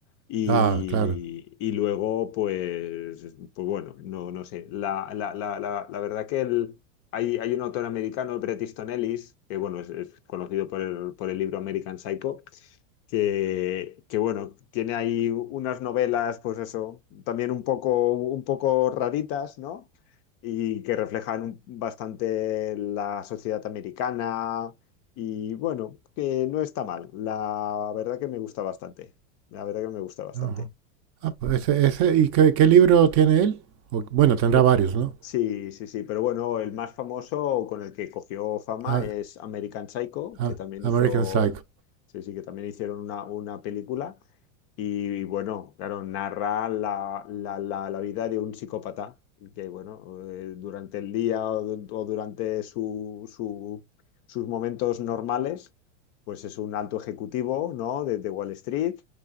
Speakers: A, on the left (about 35°); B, on the right (about 35°).
A: Y,
B: Ah, claro.
A: y luego, pues, pues bueno, no, no sé. La, la, la, la, la verdad que el, hay, hay un autor americano, Bret Easton Ellis, que bueno, es, es conocido por el, por el libro American Psycho, que, que, bueno, tiene ahí unas novelas, pues eso, también un poco, un poco raritas, ¿no? Y que reflejan un- bastante la sociedad americana y bueno, que no está mal. La verdad que me gusta bastante. La verdad que me gusta bastante.
B: Ajá. Ah, pues ese, ese- ¿y qué, qué libro tiene él? O- bueno, tendrá
A: Po-
B: varios, ¿no?
A: Sí, sí, sí, pero bueno, el más famoso con el que cogió fama
B: Ah,
A: es American Psycho,
B: ah,
A: que también
B: American
A: hizo,
B: Psycho.
A: sí, sí, que también hicieron una, una película. Y bueno, claro, narra la, la, la, la vida de un psicópata que, bueno, eh, durante el día o, du- o durante su, su- sus momentos normales, pues es un alto ejecutivo, ¿no? De, de Wall Street,